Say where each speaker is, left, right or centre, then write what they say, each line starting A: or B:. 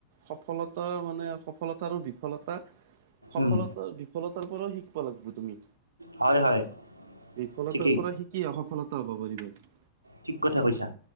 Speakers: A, on the right; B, on the right.
A: সফলতা মানে সফলতা আৰু বিফলতা। সফলত
B: উম
A: বিফলতাৰ পৰাও শিকিব লাগিব তুমি।
B: হয় হয়
A: বিফলতাৰ
B: ঠিকেই
A: পৰা শিকি সফলতা হ'ব পাৰিবা ত
B: ঠিক কথা কৈছা।